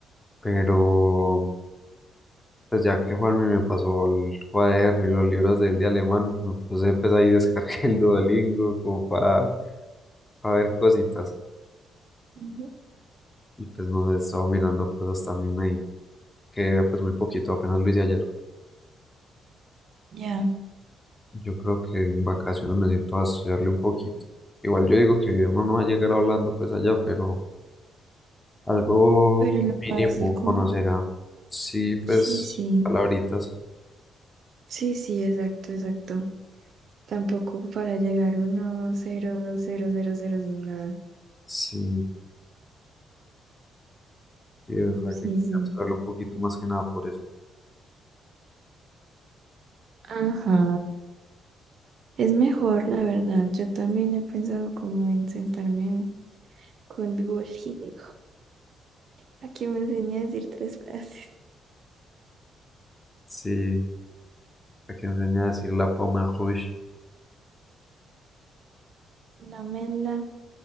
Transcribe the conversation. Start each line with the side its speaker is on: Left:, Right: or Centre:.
Left: Pero pues ya que Juanmi me pasó el cuaderno y los libros de él de alemán, me puse pues ahí <laughs> descargué el Duolingo como para, ver cositas.
Right: Ujú.
Left: Y pues no sé, estaba mirando cosas también ahí, que pues muy poquito, apenas lo hice ayer.
Right: Ya,
Left: Yo creo que en vacaciones me siento a estudiarle un poquito. Igual yo digo que uno no va a llegar hablando pues allá, pero algo
Right: pero lo
Left: mínimo
Right: básico,
Left: conocerá. Sí, pues
Right: sí, sí,
Left: palabritas.
Right: sí, sí, exacto, exacto. Tampoco para llegar uno, cero, cero, cero, cero, sin nada.
Left: Sí, sí, de verdad
Right: Sí,
Left: que quería
Right: sí.
Left: estudiarlo un poquito más que nada por eso.
Right: Ajá. Es mejor, la verdad. Yo también he pensado como en sentarme con Duolingo, a que me enseñe a decir tres frases.
Left: Sí, para que enseñe a decir la poma Rouge.
Right: La mela,